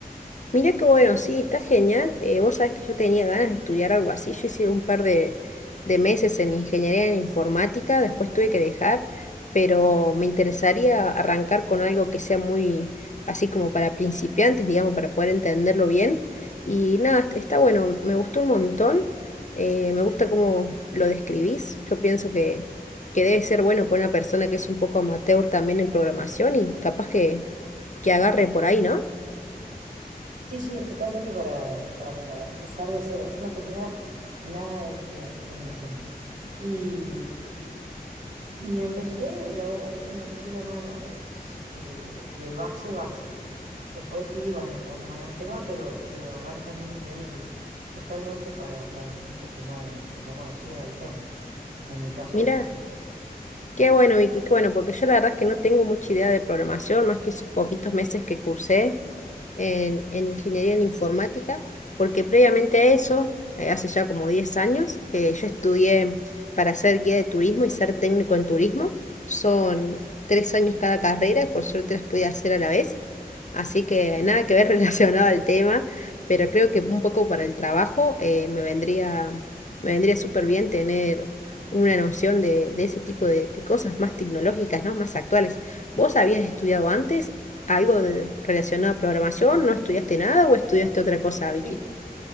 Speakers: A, on the left; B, on the right.
A: Mira que bueno, sí, está genial. Eh, vos sabés que yo tenía ganas de estudiar algo así. Yo hice un par de, de meses en ingeniería en informática, después tuve que dejar, pero me interesaría arrancar con algo que sea muy así como para principiantes, digamos, para poder entenderlo bien. Y nada, est- está bueno, me gustó un montón. eh, me gusta cómo lo describís. Yo pienso que, que debe ser bueno para una persona que es un poco amateur también en programación y capaz que, que agarre por ahí, ¿no?
B: Sí, sí, es totalmente para, para empezar de cero. Yo no tenía nada de idea de programación. Y, y empecé y la verdad que le enganché la mano. Es eh, de base, base. Después sí vas entrando más en tema, pero, pero arranca en un nivel totalmente para, para gente que no, que no conocía el tema. En mi caso
A: Mira.
B: es así.
A: Qué bueno, Vicky, qué bueno, porque yo la verdad es que no tengo mucha idea de programación, más que esos poquitos meses que cursé en, en ingeniería en informática, porque previamente a eso, eh, hace ya como 10 años, eh, yo estudié para ser guía de turismo y ser técnico en turismo. Son tres años cada carrera, y por suerte las pude hacer a la vez. Así que nada que ver <laughs> relacionado al tema, pero creo que un poco para el trabajo eh, me vendría, me vendría súper bien tener una noción de, de ese tipo de, de cosas más tecnológicas, ¿no? Más actuales. ¿Vos habías estudiado antes algo de, relacionado a programación? ¿No estudiaste nada o estudiaste otra cosa, Vicky?
B: Sí,